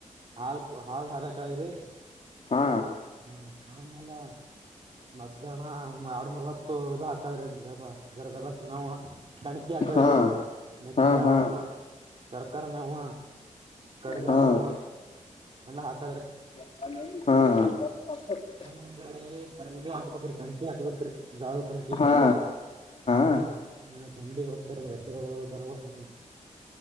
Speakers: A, on the right (about 45°); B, on the left (about 55°).
A: ಹಾಲ್ ಹಾಲ್ ಹರಕ್ಳಗ್ರಿ.
B: ಹಾ.
A: ಹ್ಮ ಆಮೇಲೆ ಮಧ್ಯಾಹ್ನ ಎರಡ್ ಮೂರ್ ಹತ್ತು ಇದಾ. ಹಾಕದ್ರಿ ಜ ಜರದ ಬಸ್ ಮಾವ ಕಣಕಿ ಹಾಕದ್ರಿ
B: ಹಾ
A: ಮೆಕ್ಕೆ
B: ಹಾ
A: ಜೋಳ
B: ಹಾ
A: ಮಾವ. ಸರ್ಕಾರಿ ನವ ಕಡ್ಜಾ
B: ಹಾ ಹಾ
A: ಮಾವ ಎಲ್ಲಾ ಹಾಕಾದ್ರೆ.
B: ಹಾ.
A: ಇ ಹಾಕ್ಬೇಕ್ರಿ ಕಣಕಿ ಹಾಕ್ಬೇಕ್ರಿ ಜಾಳದ ಕಣಕಿ.
B: ಹಾ ಹಾ
A: <unintelligible>
B: ಹಾ